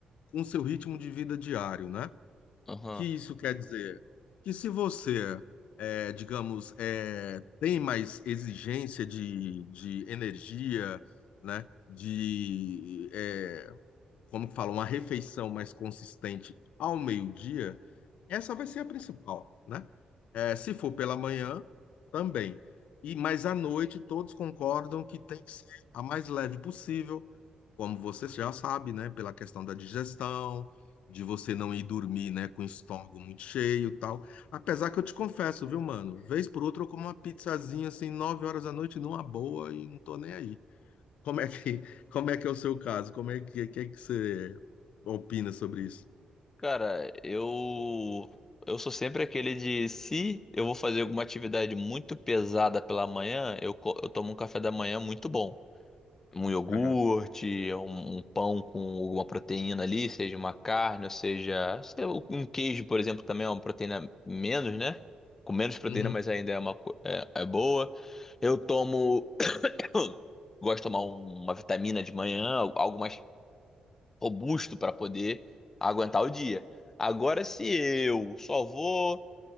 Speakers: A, on the left (about 80°); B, on the left (about 20°).
A: com o seu ritmo de vida diário, né?
B: Aham.
A: Que isso quer dizer que se você, é, digamos, é, tem mais exigência de, de energia, né? De, é, como que fala, uma refeição mais consistente ao meio-dia, essa vai ser a principal, né? É, se for pela manhã, também. E mas à noite todos concordam que tem que ser a mais leve possível, como você já sabe, né? Pela questão da digestão, de você não ir dormir, né? Com o estômago muito cheio, e tal. Apesar que eu te confesso, viu, mano? Vez por outra eu como uma pizzazinha assim nove horas da noite numa boa e não tô nem aí. Como é que, como é que é o seu caso? Como é que, que é que você opina sobre isso?
B: Cara, eu eu sou sempre aquele de se eu vou fazer alguma atividade muito pesada pela manhã, eu, co- eu tomo um café da manhã muito bom. Um iogurte,
A: Aham.
B: um, um pão com alguma proteína ali, seja uma carne, ou seja, sei lá, um queijo, por exemplo, também é uma proteína menos, né? Com menos proteína,
A: Uhum.
B: mas ainda é uma co- é, é boa. Eu tomo <coughs> <clears throat> gosto de tomar um- uma vitamina de manhã, algo mais robusto para poder aguentar o dia. Agora, se eu só vou